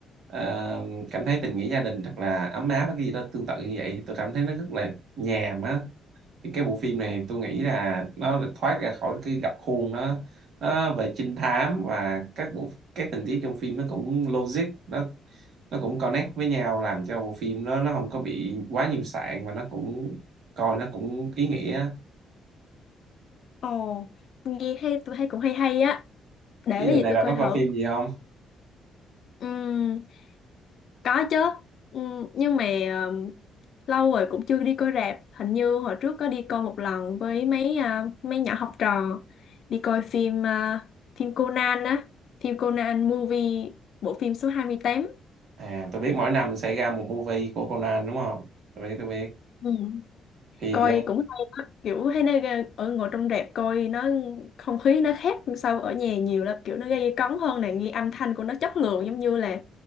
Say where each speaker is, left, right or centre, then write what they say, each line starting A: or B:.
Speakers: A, on the right (about 65°); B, on the left (about 60°).
A: ờ, cảm thấy tình nghĩa gia đình thật là ấm áp hay cái gì đó tương tự như vậy tôi cảm thấy nó rất là nhàm á thì cái bộ phim này tôi nghĩ là nó thoát ra khỏi cái gập khuôn nó nó về trinh thám và các bộ các tình tiết trong phim nó cũng logic nó nó cũng connect với nhau làm cho bộ phim nó nó không có bị quá nhiều sạn và nó cũng coi nó cũng ý nghĩa
B: Ồ, nghe hay tôi hay cũng hay hay á. Để
A: cái
B: cái
A: giờ
B: gì
A: này
B: tôi
A: bà
B: coi
A: có coi
B: thử.
A: phim gì không
B: Ừm, có chứ. Ừm, nhưng mà ừm, lâu rồi cũng chưa đi coi rạp. Hình như hồi trước có đi coi một lần với mấy à, mấy nhỏ học trò đi coi phim à, phim Conan á, phim Conan movie bộ phim số 28.
A: à tôi biết mỗi năm sẽ ra một movie của Conan đúng không tôi biết tôi biết
B: Ừ.
A: thì
B: coi
A: ờ,
B: cũng hay đó. kiểu hay nó ra- ở ngồi trong rạp coi nó không khí nó khác so ở nhà nhiều lắm kiểu nó gây cấn hơn này nghe âm thanh của nó chất lượng giống như là